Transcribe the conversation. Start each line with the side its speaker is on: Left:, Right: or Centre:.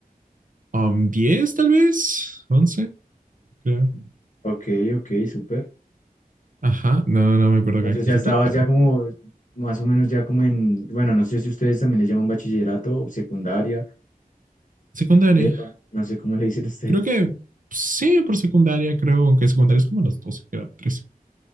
Right: um, 10 tal vez, 11 creo.
Left: Ok, ok, súper.
Right: Ajá, no, no me acuerdo
Left: Entonces
Right: con exactitud,
Left: ya estabas
Right: pero
Left: ya como, más o menos ya como en, bueno, no sé si ustedes también le llaman bachillerato, secundaria,
Right: secundaria.
Left: prepa, no sé cómo le dicen ustedes.
Right: Creo que sí, por secundaria, creo, aunque secundaria es como los 12 creo, 13